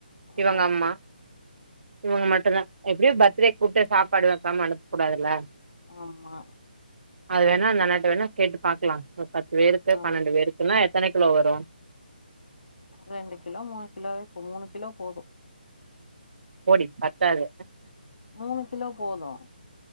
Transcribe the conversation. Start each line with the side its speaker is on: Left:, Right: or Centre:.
Right: இவங்க
Left: ஆ
Right: அம்மா இவங்க மட்டுந்தா எப்டியு பர்த்டேக்கூப்ட்டு சாப்பாடு வெக்காம அனுப்க்கூடாதுல்ல
Left: ஆமா
Right: அது வேணா அந்த அண்ணேட்ட வேணா கேட்டு பாக்லாம் ஒரு பத்து பேருக்கு
Left: ஆ
Right: பன்னெண்டு பேருக்குன்னா எத்தன கிலோ வரு
Left: ரெண்டு கிலோ மூணு கிலோவே மூனு கிலோ போது
Right: போடி பத்தாது
Left: மூணு கிலோ போது